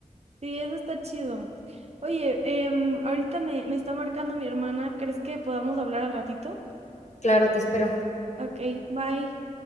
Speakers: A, on the right (about 50°); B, on the left (about 55°).
A: Sí, eso está chido. Oye, em, ahorita me, me está marcando mi hermana, ¿crees que podamos hablar al ratito?
B: Claro, te espero.
A: Ok, bye.